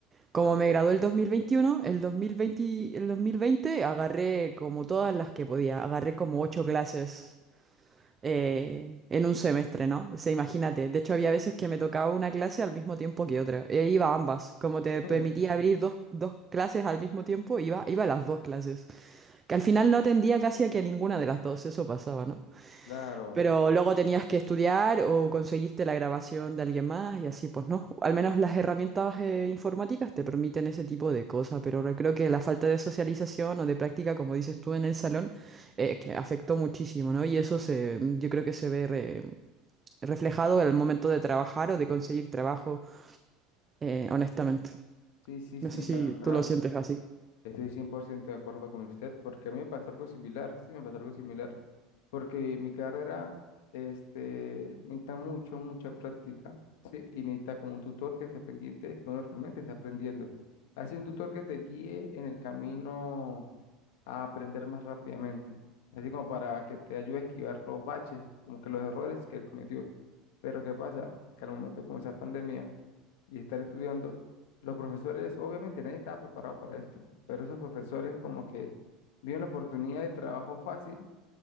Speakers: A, on the right; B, on the left.
A: como me gradué el 2021, el 2020, el 2020 agarré como todas las que podía, agarré como ocho clases eh, en un semestre, ¿no? O sea, imagínate. De hecho, había veces que me tocaba una clase al mismo tiempo que otra. E iba a ambas. Como te permitía
B: <laughs>
A: abrir dos, dos clases al mismo tiempo, iba, iba a las dos clases. Que al final no atendía casi a que ninguna de las dos. Eso pasaba, ¿no?
B: Claro,
A: Pero luego tenías que estudiar o conseguirte la grabación de alguien más y así, pues no. Al menos las herramientas eh, informáticas te permiten ese tipo de cosas, pero re- creo que la falta de socialización o de práctica, como dices tú en el salón, eh, que afectó muchísimo, ¿no? Y eso se, yo creo que se ve re- reflejado en el momento de trabajar o de conseguir trabajo, eh, honestamente.
B: sí, sí, sí,
A: No sé si
B: la verdad.
A: tú lo sientes así.
B: Estoy 100% de acuerdo con usted porque a mí me pasó algo similar, sí, me pasó algo similar, porque mi carrera este, necesita mucho, mucha práctica, sí, y necesita como un tutor que esté pendiente de que uno realmente esté aprendiendo. Así un tutor que te guíe en el camino a aprender más rápidamente, así como para que te ayude a esquivar los baches, como que los errores que él cometió. Pero ¿qué pasa? Que al momento de comenzar pandemia y estar estudiando, los profesores, obviamente nadie estaba preparado para esto, pero esos profesores como que vieron la oportunidad de trabajo fácil